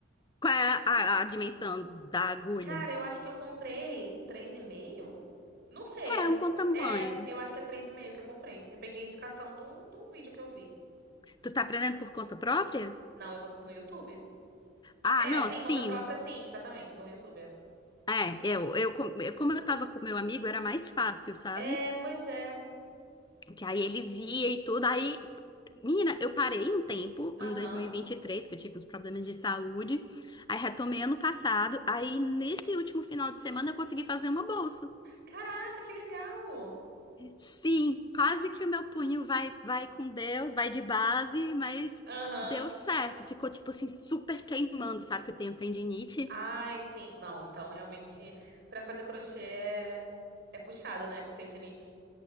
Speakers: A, on the left; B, on the right.
A: Qual é a a- a dimensão da agulha?
B: Cara, eu acho que eu comprei três e meio. Não sei, era.
A: É um bom tamanho.
B: É, eu acho que é três e meio que eu comprei. Eu peguei a indicação de um, de um vídeo que eu vi.
A: Tu tá aprendendo por conta própria?
B: Não, eu, bot- no YouTube.
A: Ah,
B: É,
A: não,
B: sim,
A: sim.
B: conta própria, sim, exatamente, no YouTube. É,
A: É, eu, eu, com- eu- como eu tava com meu amigo, era mais fácil, sabe?
B: É, pois é.
A: Que aí ele via e tudo. Aí, menina, eu parei um tempo,
B: Aham.
A: em dois mil e e vinte e três, que eu tive uns problemas de saúde. Aí retomei ano passado. Aí, nesse último final de semana, eu consegui fazer uma bolsa.
B: Caraca, que legal!
A: Sim, quase que o meu punho vai, vai com Deus, vai de base, mas
B: Aham.
A: deu certo. Ficou, tipo assim, super queimando, sabe? Que eu tenho tendinite.
B: Ai, sim. Não, então realmente pra fazer crochê é, é puxado, né, com tendinite.